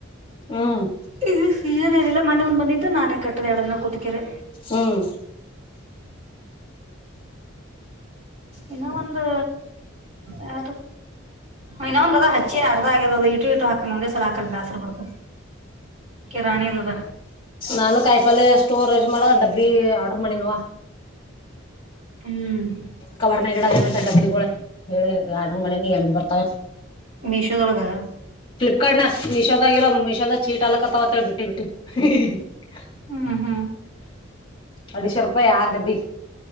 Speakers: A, on the left; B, on the right.
A: ಹ್ಮ್
B: ಈ ಸಿಹದನಿಲ್ಲ ಮೊನ್ನೆ ಒಂದ್ ಬಂದಿತ್ತು ನಾನ ಕೆಟ್ಟದ ಇಡದನ ಕುತಿಕರು
A: ಹ್ಮ್
B: ಇನ್ನ ಒಂದು ಯ ಇನ್ನೊಂದ್ ಅದ ಹಚ್ಚಿನ ಅರ್ಧ ಆಗ್ಯದ ಅದ ಇಟ್ಟು ಇಟ್ಟು ಹಾಕ ಒಂದೆ ಸಲ ಹಾಕಲ್ ಬಸ್ರ ಬಿಡ್ತದೆ ಕೆರಾಣದದ
A: ನಾನು ಕಾಯಿಪಲ್ ಸ್ಟೋರ್ ಏಜ್ ಮಾಡ ಡಬ್ಬಿ ಆರ್ಡ್ರ ಮಾಡಿನ್ವ
B: ಹ್ಮ್
A: ಕವರ್ನಾಗ ಇಡದೇನಂತ ಡಬ್ಬಿಗಳ ಆರ್ಡರ್ ಮಾಡಿದೀನಿ ಹೆಂಗ ಬತ್ತವ ಏನೋ
B: ಮೀಶೋ ಒಳಗ
A: <unintelligible>
B: ಹ್ಮ್ ಹ್ಮ್
A: <unintelligible> ಎರಡು ಡಬ್ಬಿ